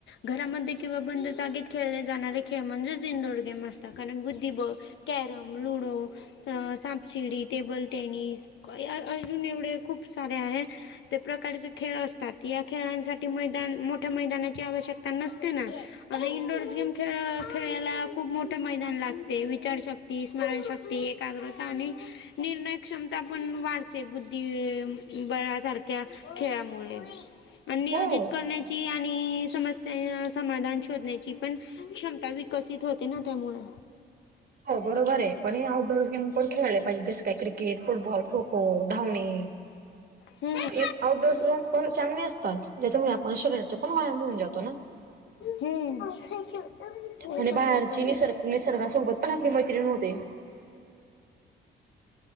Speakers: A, on the left (about 70°); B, on the right (about 50°).
A: घरामध्ये किंवा बंद जागेत खेळले जाणारे खेळ म्हणजेच इनडोर गेम असतात कारण बुद्धिबळ, कॅरम, लुडो त सापशिडी, टेबल टेनिस कया अजून एवढे खूप सारे आहे. ते प्रकारचे खेळ असतात या खेळांसाठी मैदान मोठ्या मैदानाची आवश्यकता नसते ना. अन् इंडोरस गेम खेळ खेळायला खूप मोठं मैदान लागते विचार शक ती स्मरणशक्ती, एकाग्रता आणि निर्णय क्षमता पण वाढते बुद्धीबळा सारख क्या खेळामुळे अन् नियोजित
B: हो
A: करण्या ची आणि समस्या समाधान शोधण्याची पण क्षमता विकसित होते ना त्यामुळे.
B: हो बरोबरये पण हे आउटडोअर गेम्स पण खेळले पाजे जस काय क्रिकेट फुटबॉल, खो खो, धावणे.
A: हम्म.
B: हे आऊटडोअर्स गेम पण चांगले असतात त्या्याच्यामुळे आपण शरीराचा पण व्यायाम होऊन जातो ना.
A: हम्म. ते
B: आणि
A: पण
B: बाहेरची
A: बरोबर
B: निसर्ग निसर्गासोबत पण आपली मैत्रीण होते.